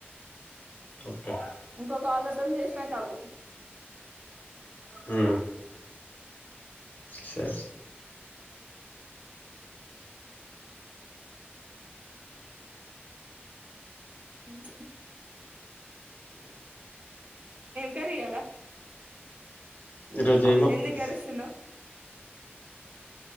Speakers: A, on the left (about 45°); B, on the right (about 35°).
A: ఓకే
B: ఇంకొక వాళ్ళతోని చేసినాకాఅవ్వు
A: హు సరే
B: ముంత కారి ఇయ్యాల
A: ఈరోజు ఏమో
B: ఎందుకు అరుస్తున్నావ్
A: ఎస్